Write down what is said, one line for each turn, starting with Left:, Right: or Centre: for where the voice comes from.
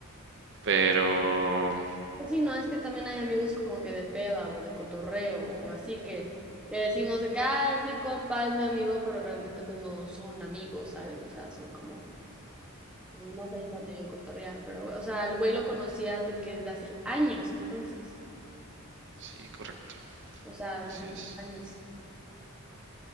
Right: pero
Centre: Pues Sí, no, es que también hay amigos como que de peda o de cotorreo o así que, que decimos de que, ah, es mi compa, es mi amigo, pero realmente pues no son amigos, ¿sabes? O sea, son como más ahí para medio cotorrear, pero, o sea, el güey lo conocías de que desde hace años, entonces.
Right: sí, correcto,
Centre: O sea,
Right: así
Centre: de hace cuántos
Right: es.
Centre: años.